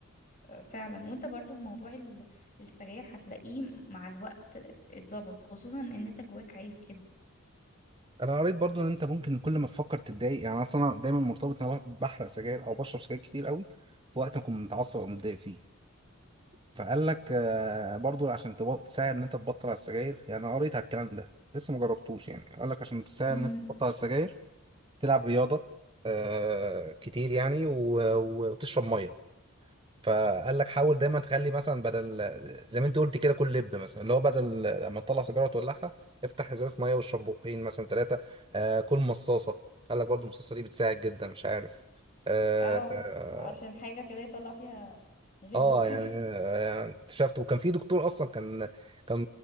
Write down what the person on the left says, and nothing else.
آه، فعلا وأنت برضو بموضوع ال- السجاير هتلاقيه مع الوقت اتظبط خصوصا إن أنت جواك عايز
كده
اه
عشان حاجة كده يطلع فيها غل
وكده